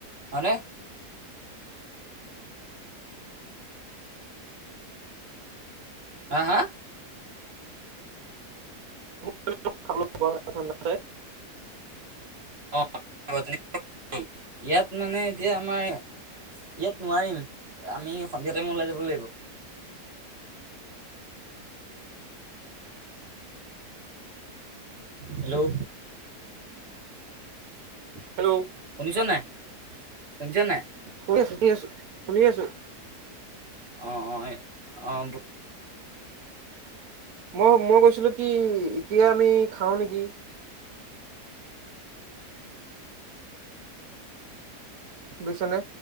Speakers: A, on the right; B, on the right.
A: হয়নে? হা হা?
B: <unintelligible>
A: <unintelligible> ইয়াত মানে এতিয়া আমাৰ ইয়াত নোৱাৰিম। আমি সন্ধিয়া টাইমত ওলাই যাব লাগিব। হেল্ল'
B: হেল্ল'
A: শুনিছোঁ নাই, শুনিছোঁ নাই?
B: শুনি আছোঁ, শুনি আছোঁ, শুনি আছোঁ।
A: অ' অ' এ অ' <inaudible>
B: মই মই কৈছিলোঁ কি এতিয়া আমি খাওঁ নেকি? বুইছনে?